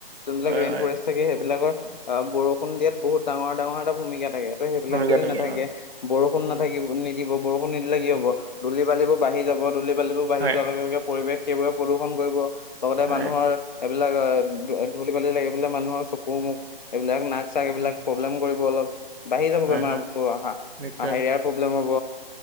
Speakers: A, on the left (about 50°); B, on the right (about 85°).
A: যোনবিলাক
B: হয়
A: ৰেইন
B: হয়
A: ফৰেষ্ট থাকে সেইবিলাকৰ অ বৰষুণ দিয়াত বহুত ডাঙৰ ডাঙৰ এটা ভূমিকা থাকে ত' সেইবিলাক
B: ভূমিকা
A: যদি
B: থাকে
A: নাথাকে
B: হয়
A: বৰষুণ
B: উম,
A: নাথাকিব নি দিব বৰষুণ নিদিলে কি হ'ব ধুলি বালিবোৰ বাঢ়ি যাব ধুলি বালিবোৰ বাঢ়ি
B: হয়
A: যোৱাৰ লগে লগে পৰিৱেশ সেইবোৰে প্ৰদূষন কৰিব লগতে
B: হয়
A: মানুহৰ এইবিলাক আ ধ ধূলি বালি লাগি পেলে মানুহৰ চকু মুখ এইবিলাক নাক চাক এইবিলাক
B: উম,
A: প্ৰব্লেম কৰিব অলপ বাঢ়ি যাব
B: হয়
A: বেমাবোৰ
B: হয়
A: অহা
B: নিশ্চয়
A: আহাৰিয়াৰ প্ৰব্লেম হব